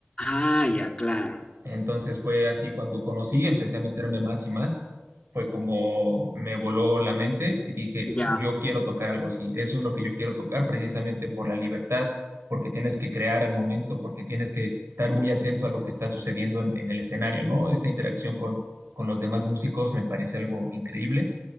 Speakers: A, on the left; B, on the right.
A: Ah, ya, claro,
B: Entonces fue así cuando conocí, empecé a meterme más y más. Fue como me voló la mente y dije,
A: ya,
B: yo quiero tocar algo así. Eso es lo que yo quiero tocar precisamente por la libertad, porque tienes que crear al momento, porque tienes que estar muy atento a lo que está sucediendo en, en el escenario, ¿no? Esta interacción con, con los demás músicos me parece algo increíble.